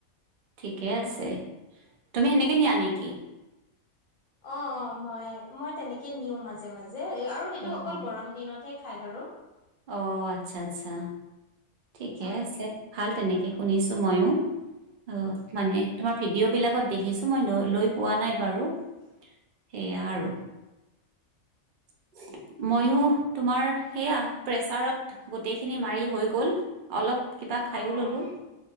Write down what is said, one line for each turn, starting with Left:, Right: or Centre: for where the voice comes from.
Right: ঠিকে
Left: অ',
Right: আছে তুমি সেনে ন আনেকি?
Left: অ অ মই মই তেনেকে নিও মাজে মাজে। যে আৰু সেইটো
Right: অ'
Left: অকল
Right: অ'
Left: গৰম দিনতহে খাই বাৰু
Right: অ' আচ্ছা আচ্ছা ঠিকে
Left: চাম
Right: আছে ভাল তেনেকে শুনিছো মইয়ো। অ মানে তোমাৰ ভিডিঅ' বিলাকত দেখিছো মই লৈ পোৱা নাই বাৰু সেয়া আৰু। <inaudible> মইো তোমাৰ সেয়া প্ৰেচাৰত গোটেইখিনি মাৰি হৈ গ'ল অলপ কিবা খাইয়ো
Left: অ',
Right: ললো